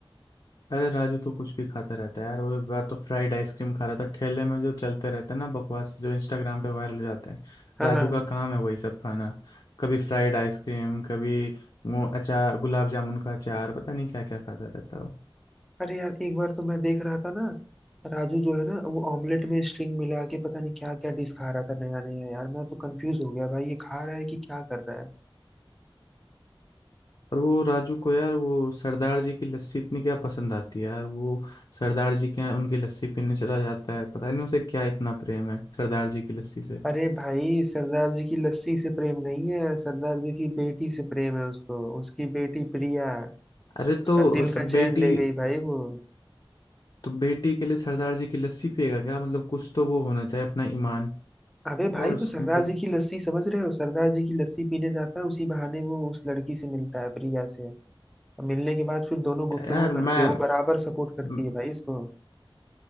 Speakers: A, on the left (about 55°); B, in the centre.
A: अरे राजू तो कुछ भी खाता रहता है यार वो एक बार तो फ्राइड आइसक्रीम खा रहा था ठेले में जो चलते रहते हैं ना बकवास जो इंस्टाग्राम पे वायरल हो जाते हैं
B: हाँ
A: राजू
B: हाँ
A: का काम है वही सब खाना कभी फ्राइड आइसक्रीम कभी वो अचार गुलाब जामुन का अचार पता नहीं क्या क्या खाता रहता है वो।
B: अरे यार एक बार तो मैं देख रहा था ना राजू जो है ना वो ऑमलेट में स्ट्रिंग मिला के पता नहीं क्या क्या डिश खा रहा था नया नया यार मैं तो कंफ्यूज हो गया भाई ये खा रहा है कि क्या कर रहा है
A: और वो राजू को यार वो सरदार जी की लस्सी इतनी क्या पसंद आती है यार वो सरदार जी के यहाँ उनकी लस्सी पीने चला जाता है पता नहीं उसे क्या इतना प्रेम है सरदार जी की लस्सी से
B: अरे भाई सरदार जी की लस्सी से प्रेम नहीं है सरदार जी की बेटी से प्रेम है उसको उसकी बेटी प्रिया
A: अरे
B: उसका
A: तो
B: दिल
A: उस
B: का चैन
A: बेटी
B: ले गई भाई वो
A: तो बेटी के लिए सरदार जी की लस्सी पिएगा क्या मतलब कुछ तो वो होना चाहिए अपना ईमान
B: अबे भाई
A: यार उस
B: तो सरदार
A: मतलब
B: जी की लस्सी समझ रहे हो सरदार जी की लस्सी पीने जाता है उसी बहाने वो उस लड़की से मिलता है प्रिया से और मिलने के बाद फिर दोनों गुफ्तगू
A: यार मैं
B: करते हैं वो बराबर सपोर्ट करती
A: म-
B: है भाई इसको